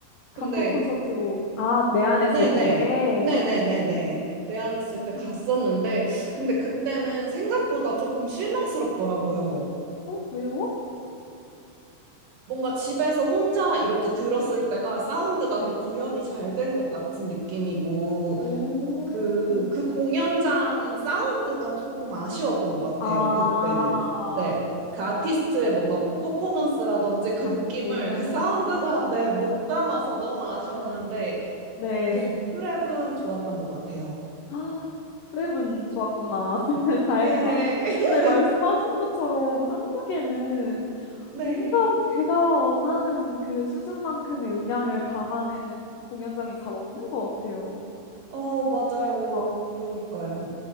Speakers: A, on the left; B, on the right.
A: 단독
B: 근데
A: 콘서트로, 아, 내한했을
B: 네네.
A: 때.
B: 네네네네. 내한했을 때
A: 음.
B: 갔었는데 근데 그때는 생각보다 조금 실망스럽더라고요.
A: 어, 왜요?
B: 뭔가 집에서 혼자 이렇게 들었을 때가 사운드가
A: 네.
B: 더 구현이 잘 된 것 같은 느낌이고,
A: 오,
B: 그, 그 공연장 사운드가 조금 아쉬웠던 것 같아요,
A: 아,
B: 그때는. 네. 그 아티스트의 뭔가 퍼포먼스라든지 그
A: 담기에는,
B: 느낌을 그 사운드가, <laughs> 네, 못 담아서 너무 아쉬웠는데,
A: 아, 네.
B: 네, 프랩은 좋았던 것 같아요.
A: 아, 프랩은 좋았구나. <laughs> 다행이다.
B: 네.
A: 근데
B: <laughs>
A: 말씀하신 것처럼 한국에는
B: 네.
A: 뭔가 제가 원하는 그 수준만큼의 음향을 담아내는 공연장이 잘 없는 것 같아요.
B: 어, 맞아요.
A: 아,
B: 그러니까요.